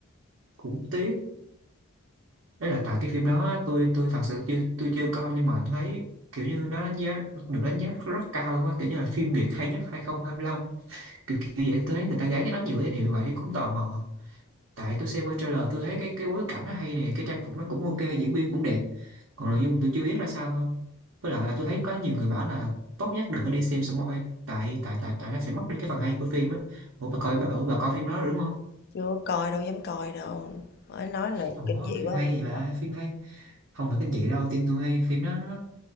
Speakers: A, on the right; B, on the left.
A: cũng tiếc đấy là tại cái phim đó á, tôi tôi thật sự chưa tôi chưa coi nhưng mà thấy kiểu như nó đánh giá được đánh giá rất rất cao luôn á kiểu như là phim Việt hay nhất hai không hai lăm kiểu kiểu vậy tôi thấy người ta gán cho nó nhiều danh hiệu như vậy thì cũng tò mò tại tôi xem qua trailer tôi thấy cái cái bối cảnh nó hay nè cái trang phục nó cũng ok diễn viên cũng đẹp còn nội dung tôi chưa biết ra sao thôi với lại là tôi thấy có nhiều người bảo là tốt nhất đừng có đi xem spoil tại tại tại tại nó sẽ mất đi cái phần hay của phim á ủa bà coi bà, ủa, bà coi phim đó rồi đúng không
B: Chưa coi đâu dám coi đâu. Mới nói là
A: ủa
B: kinh dị
A: phim
B: quá
A: hay
B: không dám
A: gì mà
B: coi.
A: phim hay không phải kinh dị đâu tin tôi hay phim đó nó